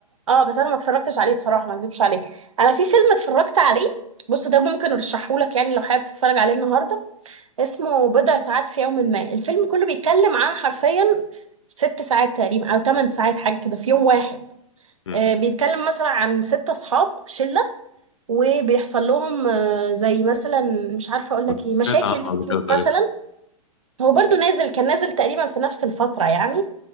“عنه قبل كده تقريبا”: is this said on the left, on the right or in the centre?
Left